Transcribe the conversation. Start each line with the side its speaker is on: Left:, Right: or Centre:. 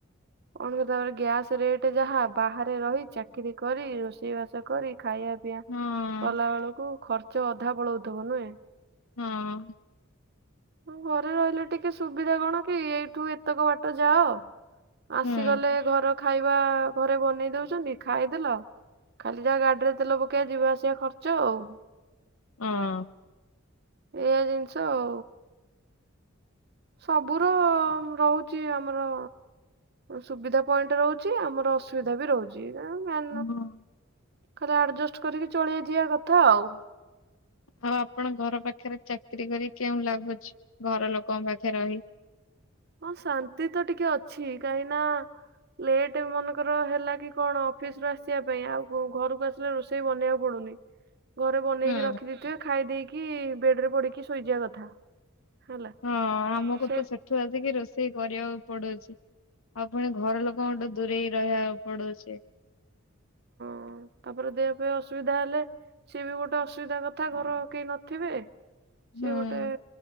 Right: <inaudible> ତାପରେ ଗ୍ୟାସ ରେଟ ଯାହା ବାହାରେ ରହିଛ! ଚାକିରି କରି, ରୋଷେଇବାସ କରି, ଖାଇବା ପିଇଆ
Left: ହଁ
Right: କଲା ବେଳକୁ ଖର୍ ଖର୍ଚ୍ଚ ଅଧା ପଳଉଥିବ ନୁହେଁ?
Left: ହଁ।
Right: ହଁ। ଘରେ ରହିଲେ ଟିକେ ସୁବିଧା କଣ କି? ଏଇଠୁ ଏତକ ବାଟ ଯାଅ। ଆସିଗଲେ
Left: ହୁଁ ହଁ।
Right: ଘର ଖାଇବା ଘରେ ବନେଇ ଦଉଛନ୍ତି ଖାଇଦେଲ। ଖାଲି ଯାହା ଗାଡିରେ ତେଲ ପକେଇବା, ଯିବା ଆସିବା ଖର୍ଚ୍ଚ ଆଉ।
Left: ଉମ୍
Right: ଏଆ ଜିନିଷ ଆଉ। ସବୁର ରହୁଛି ଆମର ସୁବିଧା ପଏଣ୍ଟ ରହୁଛି ଆମର ଅସୁବିଧା ବି ରହୁଛି। ଏ <inaudible>
Left: ହଁ।
Right: ଖାଲି ଆଡଜେଷ୍ଟ କରି ଚଳେଇ ଯିଆ କଥା ଆଉ।
Left: ଆଉ ଆପଣ ଘର ପାଖରେ ଚାକିରୀ କରି କେଉଁ ଲାଗୁଛି? ଘର ଲୋକଙ୍କ ପାଖରେ ରହି।
Right: ହଁ ଶାନ୍ତି ତ ଟିକେ ଅଛି। କାହିଁ ନା! ଲେଟ୍ ମନେକର ହେଲା କି କଣ ଅଫିସ ରୁ ଆସିବା ପାଇଁ। ଆଉ ଘରକୁ ଆସିଲେ ରୋଷେଇ ବନେଇବାକୁ ପଡୁନି। ଘରେ ବନେଇକି
Left: ହୁଁ
Right: ରଖି ଦେଇଥିବେ। ଖାଇ ଦେଇକି ବେଡରେ ପଡିକି ଶୋଇଯିବା କଥା। ହେଲା।
Left: ହଁ ଆମକୁ
Right: ସେ
Left: ତ ସେଠୁ ଆସିକି ରୋଷେଇ କରିୟାକୁ ପଡୁଛି। ଆଉ ପୁଣି ଘର ଲୋକଙ୍କଠୁ ଦୂରେଇ ରହିବାକୁ ପଡୁଚି।
Right: ହଁ, ତାପରେ ଦେହ ପେୟ ପାଇଁ ଅସୁବିଧା ହେଲେ ସିଏ ବି ଗୋଟେ ଅସୁବିଧା କଥା। ଘରେ ଆଉ କେହି ନଥିବେ। ସିଏ
Left: ହୁଁ।
Right: ଗୋଟେ